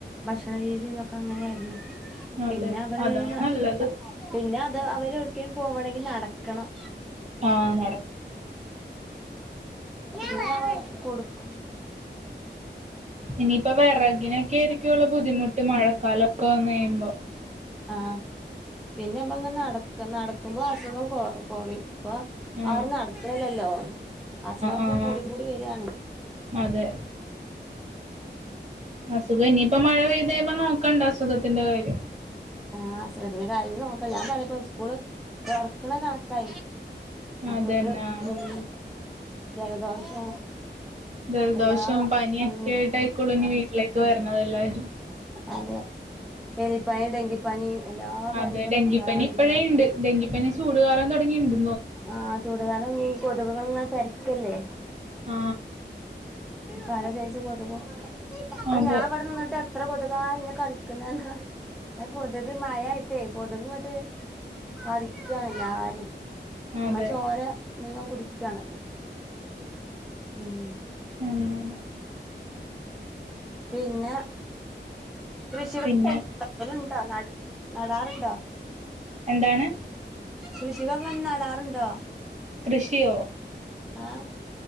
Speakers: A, in the centre; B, on the right (about 35°).
A: ഭക്ഷണരീതി എന്നൊക്കെ അങ്ങനെയായിരുന്നു
B: അതെ
A: പിന്നെ അവര്
B: അതാണ്
A: ന്ന
B: നല്ലത്
A: പിന്നെ അത് അവര് എവ്ട്ക്കേലും പോവണങ്കിൽ നടക്കണം
B: ആഹ് നട
A: <unintelligible> കൊട്ക്ക
B: ഇനിയിപ്പോ വിറകിനൊക്കെ ആയിരിക്കൊല്ലോ ബുദ്ധിമുട്ട് മഴക്കാലൊക്ക വന്ന് കഴിയുമ്പോ
A: ആഹ് പിന്നെ നമ്മള് ഇങ്ങനെ നടക്ക നടക്കുമ്പോ അസുഖം കൊ കൊറയും ഇപ
B: ആ
A: ആരും നടക്ക്ണില്ലല്ലോ അസുഖങ്ങളക്കെ
B: ആ
A: കൂടി
B: ആ
A: കൂടി വര്യാണ്
B: അതെ അസുഖം ഇനിയിപ്പ മഴ പെയ്തെ പ നോക്കണ്ട അസുഖത്തിന്റെ കാര്യം
A: ആഹ് അസുഖത്തിന്റെ കാര്യം നോക്കണ്ട ഞാൻ പറയപ്പോ സ്കൂള് തൊറക്കണ കണക്കാ മക്കൾക്ക്
B: അതന്നെ ആ.
A: ഉം ജലദോഷം
B: ജലദോഷും
A: എല്ലാ
B: പനിയൊക്കെ
A: ഉം
B: ആയിട്ടാരിക്കൊള്ളു ഇഞ് വീട്ടിലേക്ക് വര്ണത് എല്ലാരും
A: അതെ എലിപ്പനി ഡങ്കിപ്പനി എല്ലാ
B: അതെ
A: പനികളും
B: ഡെങ്കിപ്പനി
A: വേറിം
B: ഇപ്പോഴേ ഉണ്ട് ഡെങ്കിപ്പനി ചൂടുകാലം തുടങ്ങിയിണ്ട്
A: ആഹ് ചൂട് കാലം തൊട്ങ്ങി കൊതുക് കള്ങ്ങനെ പെര്ഗല്ലേ
B: ആ
A: പല സൈസ് കൊതുകും പ്പ
B: അതെ
A: ഞാൻ ഇവടെ നിന്നിട്ട് എത്ര കൊതുകാ ഇന്നെ കടിക്ക്ന്നേന്നാ എഹ് കൊതുക് മഴായിട്ടേ കൊത്ക് ഇങ്ങട്ട് കഠിക്ക്യാണ് എല്ലാരിം നമ്മളെ
B: അതെ
A: ചോര മുയിവം കുടിക്കാണല്ലോ ഉം
B: അങ്ങനെ
A: പിന്നെ കൃഷികൾ
B: പിന്നെ
A: ചെയ്യലുണ്ടോ നടൽ നടാറുണ്ടോ
B: എന്താണ്
A: കൃഷികളൊക്കെൻ നടാറ്ണ്ടോ
B: കൃഷ്യോ
A: ആഹ്